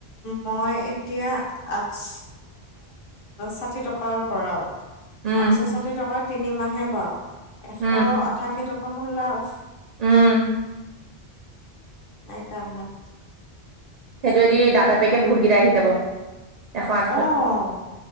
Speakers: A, on the left; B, on the right.
A: মই এতিয়া আঠশ ষাঠি টকাৰ ভৰাও।
B: উম
A: আঠশ ষাঠি টকা তিনিমাহে পাও, এশ
B: উম
A: আঠাশী টকা মোৰ লাভ।
B: উম
A: সেইকাৰণেই।
B: সেইটোৱেদি দাদা পেকে বহুতকেইটা আহি যাব। এশ আঠশত
A: অ',